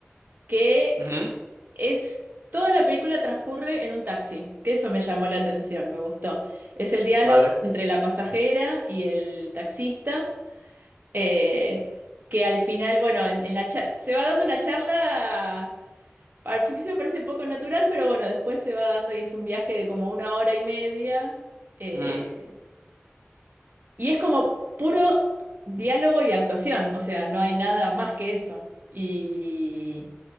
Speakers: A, on the right; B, on the right.
A: que
B: Ujú,
A: es, toda la película transcurre en un taxi, que eso me llamó la atención, me gustó. Es el diálogo
B: Vale.
A: entre la pasajera y el taxista. eh, que al final, bueno, en, en la charla, se va dando una charla, al principio parece poco natural, pero bueno, después se va dando y es un viaje de como una hora y media, eh,
B: Mm,
A: y es como puro diálogo y actuación, o sea, no hay nada más que eso. Y